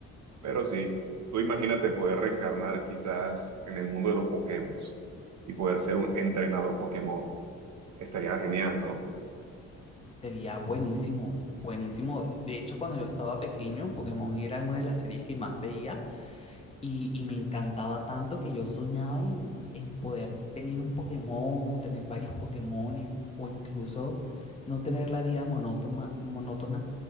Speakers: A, on the right (about 65°); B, on the left (about 20°).
A: Pero sí, tú imagínate poder reencarnar quizás en el mundo de los Pokémon y poder ser un entrenador Pokémon. Estaría genial, ¿no?
B: Sería buenísimo, buenísimo. De hecho, cuando yo estaba pequeño, Pokémon era una de las series que más veía Y, y me encantaba tanto que yo soñaba en, en poder tener un Pokémon o tener varios Pokémones o incluso no tener la vida monótona, monótona